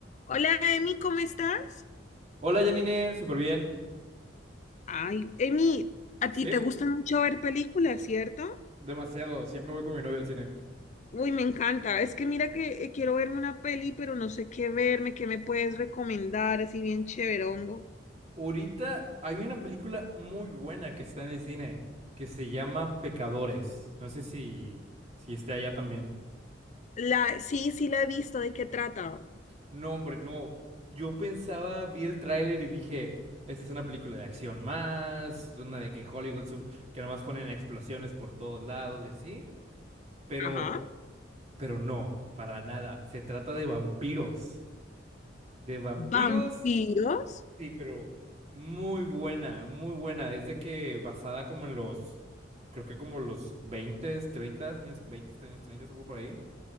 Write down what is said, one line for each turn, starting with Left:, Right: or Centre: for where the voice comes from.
Left: Hola, Emi, ¿cómo estás?
Right: Hola Janine, súper bien.
Left: Ay, Emi, a
Right: Sí,
Left: ti te gusta mucho ver películas, ¿cierto?
Right: demasiado. Siempre voy con mi novia al cine.
Left: Uy, me encanta. Es que mira que eh, quiero verme una peli, pero no sé qué verme, qué me puedes recomendar, así bien chéverongo.
Right: Ahorita hay una película muy buena que está en el cine que se llama Pecadores. No sé si, si esté allá también.
Left: La, sí, sí la he visto, ¿de qué trata?
Right: No, hombre, no. Yo pensaba, vi el tráiler y dije, esta es una película de acción más, una de que Hollywood, sub- que nomás ponen explosiones por todos lados y así. Pero,
Left: Ajá.
Right: pero no, para nada. Se trata de vampiros. De vampiros
Left: ¿Vampiros?
Right: Sí, pero muy buena, muy buena. Es de que basada como en los, creo que como los 20, 30 años, 20, años, 30 algo por ahí.